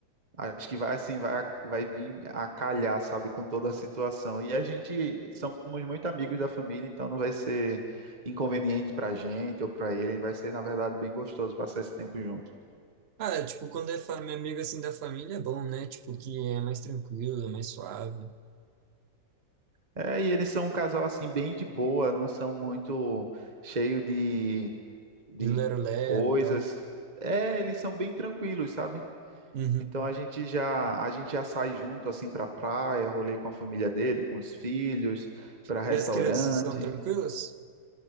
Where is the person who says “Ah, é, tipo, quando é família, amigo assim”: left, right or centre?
Right